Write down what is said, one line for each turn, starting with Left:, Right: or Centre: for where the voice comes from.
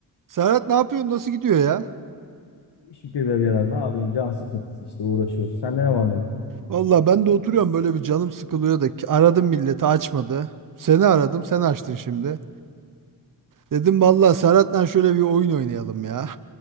Right: Serhat ne yapıyorsun? Nasıl gidiyor ya?
Left: Şükür be birader. Ne yapayım? Can sıkıntısı işte uğraşıyoruz. Sende ne var ne? yok?
Right: Valla ben de oturuyorum böyle bir canım sıkılıyor da ki- aradım milleti açmadı. Seni aradım sen açtın şimdi. Dedim valla Serhat'la şöyle bir oyun oynayalım ya.